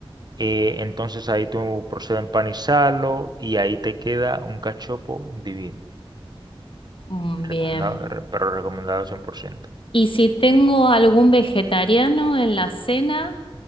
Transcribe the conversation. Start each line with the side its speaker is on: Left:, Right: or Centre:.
Right: eh, entonces ahí tú procedes a empanizarlo y ahí te queda un cachopo divino.
Left: mm, bien.
Right: Recomendado, re- pero recomendado 100%.
Left: Y si tengo algún vegetariano en la cena,